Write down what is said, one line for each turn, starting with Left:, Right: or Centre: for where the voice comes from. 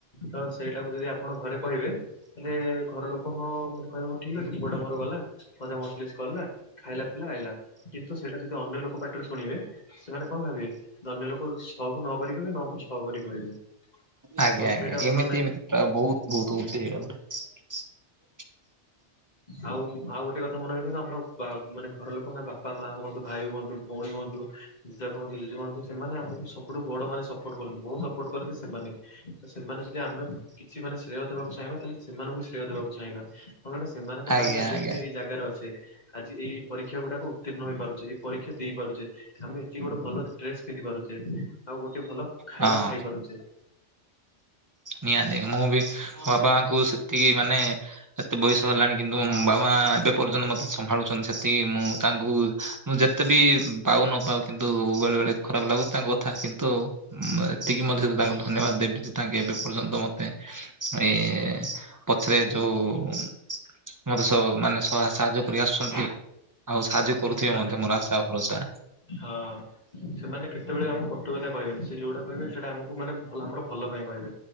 Left: ତ ସେଇଟାକୁ ଯଦି ଆପଣ ଘରେ କହିବେ ତାହେଲେ ଘର ଲୋକ ହଁ ମାନେ କହିବେ ହଉ ଠିକ ଅଛି ପୁଅ ଟା ମୋର କଲା ମଜା ମସଲିସ୍ କଲା ଖାଇଲା ପିଲା ଆଇଲା କିନ୍ତୁ ସେଟା ଯଦି ଅନ୍ୟ ଲୋକ ପାଟିରୁ ଶୁଣିବେ ସେମାନେ କଁ ଭାବିବେ ଦନ୍ୟ ଲୋକ ଛଅ କୁ ନ କରିକି ବି ନଅ କୁ ଛଅ କରିି କହିବେ।
Right: ଆଜ୍ଞା-ଆଜ୍ଞା
Left: ତ ସେଇଟା ଭଲ
Right: ଏମିତି ଏମିଟା ବହୁତ-ବହୁତ <unintelligible>
Left: ଆଉ-ଆଉ ଗୋଟେ କଥା ମନେ ରଖନ୍ତୁ ଆମର ବା ମାନେ ଘର ଲୋକ ମାନେ ବାପା ମା ହୁଅନ୍ତୁ ଭାଇ ହୁଅନ୍ତୁ ଭଉଣୀ ହୁଅନ୍ତୁ। ଜେଜ ଜଜେ ମା ହୁଅନ୍ତୁ ସେମାନେ ଆମକୁ ସବୁଠୁ ବଡ ମାନେ ସପୋର୍ଟ କରନ୍ତି ବହୁତ ସପୋର୍ଟ କରନ୍ତି ସେମାନେ। ତ ସେମାନେ ଯଦି ଆମେ କିଛି ମାନେ ଶ୍ରେୟ ଦେବାକୁ ଚାହିଁବା ତାହେଲେ ସେମାନଙ୍କୁ ଶ୍ରେୟ ଦେବାକୁ ଚାହିଁବା। ହ ମାନେ ସେମାନଙ୍କ ପାଇଁ
Right: ଆଜ୍ଞା
Left: ଆଜି
Right: ଆଜ୍ଞା।
Left: ଆମେ ଏଇ ଜାଗାରେ ଅଛେ। ଆଜି ଏଇ ପରୀକ୍ଷା ଗୁଡାକ ଉତ୍ତୀର୍ଣ ହୋଇ ପାରୁଚେ ଏଇ ପରୀକ୍ଷା ଦେଇପାରୁଛେ ଆମେ ଏତିକି ଗୋଟେ ଭଲ ଡେସ୍ ପିନ୍ଧି ପାରୁଛେ। ଆଉ ଗୋଟେ ଭଲ ଖାଇବା
Right: ହଁ
Left: ଖାଇପାରୁଛେ।
Right: ନିହାତି ମୁଁ ବି ବାପା ମାଙ୍କୁ ସେତିକି ମାନେ। ଏତେ ବୟସ ହେଲାଣି କିନ୍ତୁ ମୋ ବାବା ଏବେ ପର୍ଯ୍ୟନ୍ତ ମତେ ସମ୍ଭାଳୁଛନ୍ତି ସେତିକି ମୁଁ ତାଙ୍କୁ ମୁଁ ଯେତେ ବି। ପାଉ ନ ପାଉ କିନ୍ତୁ ବେଳେ ବେଳେ ଖରାପ ଲାଗୁଛି ତାଙ୍କ କଥା କିନ୍ତୁ ଏତିକି ମଧ୍ୟ ତାଙ୍କୁ ଧନ୍ୟବାଦ ଦେବି ଯେ ତା ଏବେ ପର୍ଯ୍ୟନ୍ତ ମତେ ଏଇ ପଛରେ ଯୋଉ। ଉମ ମତେ ସ ମାନେ ସା ସାହାଯ୍ୟ କରି ଆସୁଛନ୍ତି। ଆଉ ସାହାଯ୍ୟ କରୁଥିବେ
Left: ସେମାନେ
Right: ମଧ୍ୟ ମୋର ଆଶା ଭରସା
Left: ହଁ ସେମାନେ କେତେବେଳେ ଆମ କ ଟୁ କଥା କହିବେନି ସେ ଯୋଉଟା କହିବେ ସେଇଟା ଆମକୁ ମାନେ ଭଲ ଆମର ଭଲ ପାଇଁ କହିବେ।